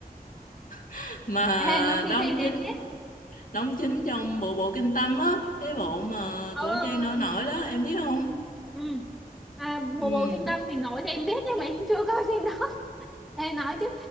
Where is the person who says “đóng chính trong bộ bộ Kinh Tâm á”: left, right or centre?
Left